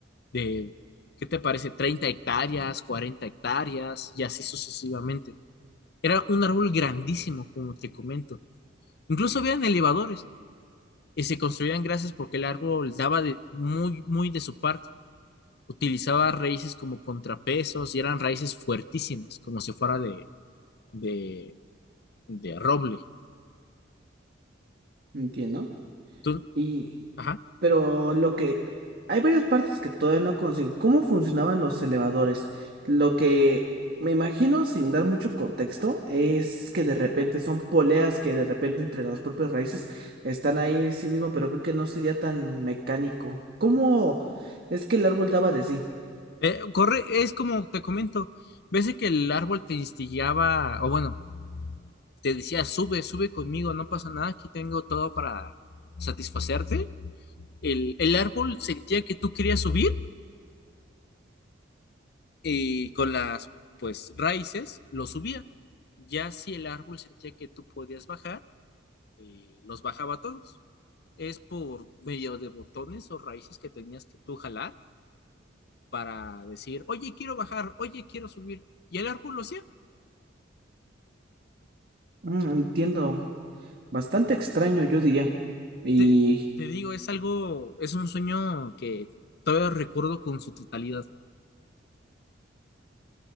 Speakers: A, on the left (about 55°); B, on the right (about 55°).
A: de, ¿qué te parece? 30 hectáreas, 40 hectáreas y así sucesivamente. Era un árbol grandísimo, como te comento. Incluso habían elevadores. y se construían gracias porque el árbol daba de, muy, muy de su parte. Utilizaba raíces como contrapesos y eran raíces fuertísimas, como si fuera de, de, de roble.
B: entiendo.
A: Tú-
B: Y,
A: ajá.
B: pero lo que, hay varias partes que todavía no consigo. ¿Cómo funcionaban los elevadores? Lo que me imagino, sin dar mucho contexto, es que de repente son poleas que de repente entre las propias raíces están ahí sí mismo, pero creo que no sería tan mecánico. ¿Cómo es que el árbol daba de sí?
A: Eh, corre, es como te comento, ves de que el árbol te instigaba, o bueno, te decía, sube, sube conmigo, no pasa nada, aquí tengo todo para satisfacerte. El, el árbol sentía que tú querías subir y con las pues raíces los subía. Ya si el árbol sentía que tú podías bajar, eh, los bajaba todos. Es por medio de botones o raíces que tenías que tú jalar para decir, oye, quiero bajar, oye, quiero subir. Y el árbol lo hacía.
B: Mm, entiendo, bastante extraño, yo diría. Y...
A: Te, te digo, es algo, es un sueño que todavía recuerdo con su totalidad.